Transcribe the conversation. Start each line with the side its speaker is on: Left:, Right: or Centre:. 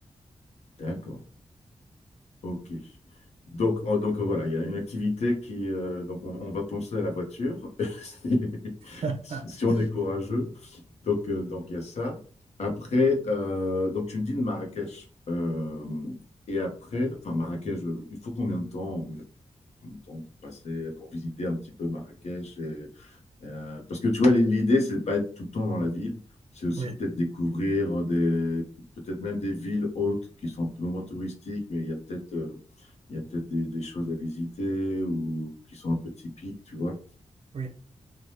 Left: D'accord. Ok. Donc, en- donc euh, voilà, il y a une activité qui... euh, donc on, on va penser à la voiture, <laughs>
Right: <laughs>
Left: si, si on est courageux. Donc, euh, donc il y a ça. Après, euh, donc tu me dis de Marrakech. Euh, et après, enfin Marrakech, euh, il faut combien de temps, combien de temps pour passer, pour visiter un petit peu Marrakech Euh, parce que tu vois, l'idée, c'est de pas être tout le temps dans la ville. C'est aussi
Right: Oui,
Left: peut-être découvrir des, peut-être même des villes autres qui sont un peu moins touristiques, mais il y a peut-être, euh, il y a peut-être des, des choses à visiter ou qui sont un peu typiques, tu vois.
Right: oui.